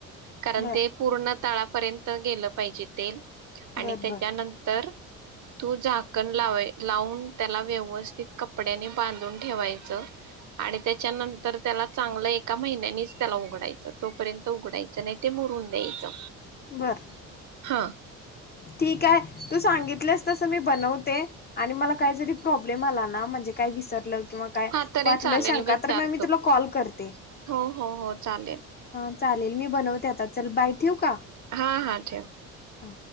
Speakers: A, on the right; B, on the left.
A: कारण
B: बर
A: ते पूर्ण तळापर्यंत गेलं पाहिजे तेल आणि
B: बर
A: त्याच्यानंतर
B: बर
A: तू झाकण लाऊन लावून त्याला व्यवस्थित कपड्याने बांधून ठेवायचं आणि त्याच्यानंतर त्याला चांगलं एका महिन्यानेच त्याला उघडायचं तोपर्यंत उघडायचं नाही ते मुरून द्यायचं
B: बर
A: हा
B: ठीक आहे तू सांगितलंस तस मी बनवते आणि मला काही जरी प्रॉब्लेम आला ना म्हणजे काय विसरलं मग काय
A: हा तरी
B: वाटलं
A: चालेल
B: शंका
A: विचारतो
B: तर मी तुला कॉल करते
A: हो हो हो चालेल
B: ह चालेल मी बनवते आता चल बाय ठेऊ का
A: हा, हा ठेव
B: हा